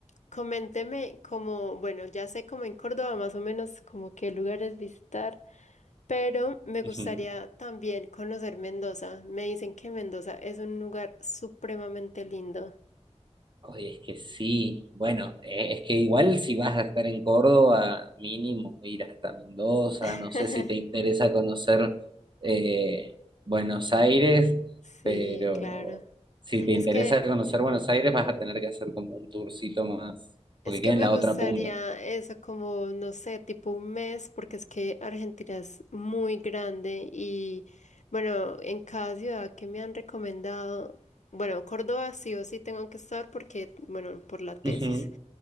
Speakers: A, on the left (about 80°); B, on the right (about 40°).
A: coménteme como, bueno, ya sé como en Córdoba más o menos como qué lugares visitar, pero me
B: Ujú.
A: gustaría también conocer Mendoza. Me dicen que Mendoza es un lugar supremamente lindo.
B: Oye, es que sí, bueno, eh, es que igual si vas a estar en Córdoba, mínimo ir hasta Mendoza,
A: <laughs>
B: no sé si te interesa conocer eh, Buenos Aires,
A: Sí,
B: pero
A: claro.
B: si te interesa
A: Es que
B: conocer Buenos Aires vas a tener que hacer como un tourcito más,
A: Es
B: porque
A: que
B: queda
A: me
B: en la
A: gustaría
B: otra punta.
A: eso como, no sé, tipo un mes, porque es que Argentina es muy grande y bueno, en cada ciudad que me han recomendado, bueno, Córdoba sí o sí tengo que estar porque, bueno, por la tesis.
B: Ujú.